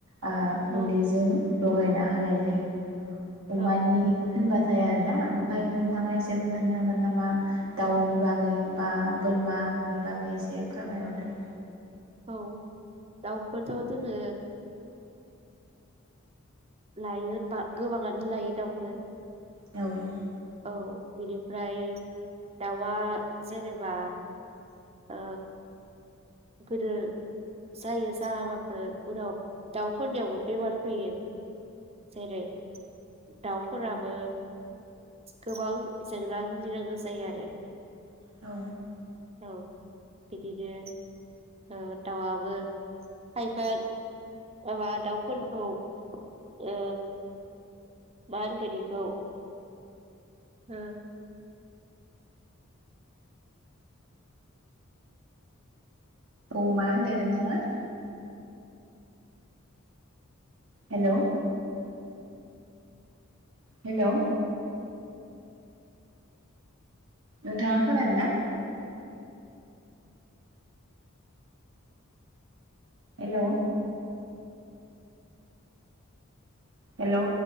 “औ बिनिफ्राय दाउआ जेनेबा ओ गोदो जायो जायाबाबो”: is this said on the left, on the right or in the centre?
Right